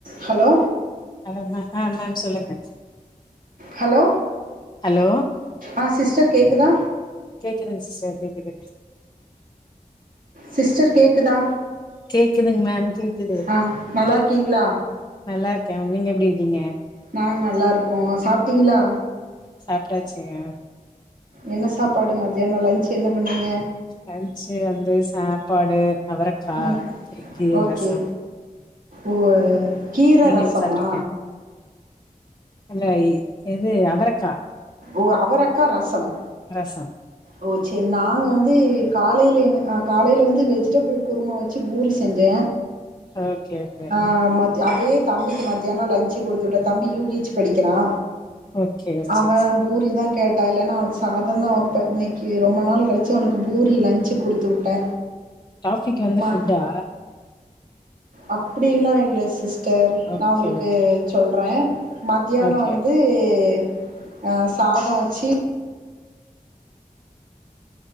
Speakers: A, on the right; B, on the left.
A: Hello
B: hello ma'am ஆ ma'am சொல்லுங்க
A: hello
B: hello
A: ஆ சிஸ்டர் கேக்குதா
B: கேக்குதுங் சிஸ்டர் கேக்குது
A: சிஸ்டர் கேக்குதா
B: கேக்குதுங்க மேம் கேக்குது
A: ஆ நல்லா
B: உங்களுக்கு
A: இருக்கீங்களா
B: நல்லாருக்கே மேம் நீங்க எப்டி இருக்கிங்க
A: நாங்க நல்லா இருக்கோ சாப்ட்டீங்களா
B: சாப்ட்டாச்சுங்க
A: என்ன சாப்பாடு மத்தியான லஞச் என்ன பண்ணீங்க
B: லன்ச்சு வந்து சாப்பாடு அவரக்காய்
A: ம்
B: எக்கு
A: ஓகே
B: ரசம்
A: ஓ கீரை
B: நீங்க
A: ரசமா
B: என்ன சாப்ட்டீங்க இல்ல இது அவரக்கா
A: ஓ அவரக்கா ரசம்
B: ரசம்
A: ஓ செர் நாங்க வந்து காலைல என்ன ஆ காலைல வந்து வெஜிடபிள் குருமா வெச்சி பூரி செஞ்சே
B: ஓகே ஓகே
A: ஆ மா அதயே தம்பிக்கு மத்தியான லன்ச் குடுத்து விட்டேன் தம்பி யூ கே ஹச் படிக்கிறா
B: ஓகே
A: அவன்
B: சேரி சேரி
A: பூரிதா கேட்டா இல்லன்னா அவனுக்கு சாதம் தா வைப்பே இன்னைக்கு ரொம்ப நாள் கழி ச்சி அவனுக்கு பூரி லஞ்சு குடுத்து விட்டே
B: டாபிக் வந்து
A: ம
B: ஃபுட்டா
A: அப்டிலா இல்ல சிஸ்டர்
B: ஓகே
A: நா உங்களுக்கு
B: ஓகே
A: சொல்றே மத்தியானம்
B: ஓகே
A: வந்து து ஆ சாதம் வெச்சி